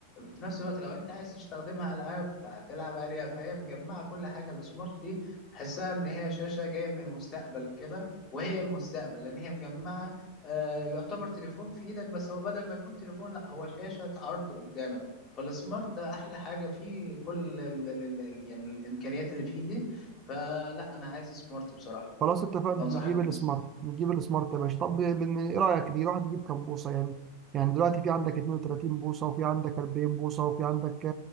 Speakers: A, on the left; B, on the right.
A: في نفس الوقت لو انت عايز تستخدمها العاب فهتلعب عليها فهي مجمعه كل حاجه السمارت دي حسها ان هي شاشه جايه من المستقبل كده وهي المستقبل لان هي مجمعه آه يعتبر تليفون في ايدك بس هو بدل ما يكون تليفون لا هو شاشه عرض قدامك فالسمارت ده احلى حاجه فيه كل ال ال ال يعني الامكانيات اللي فيه دي فلا انا عايز سمارت بصراحه
B: خلاص اتفقنا
A: وانصحك
B: نجيب
A: بالسمارت
B: السمارت نجيب السمارت يا باشا طب بن- ايه رايك دي الواحد يجيب كام بوصه يعني يعني دلوقتي في عندك 32 بوصه وفي عندك 40 بوصه وفي عندك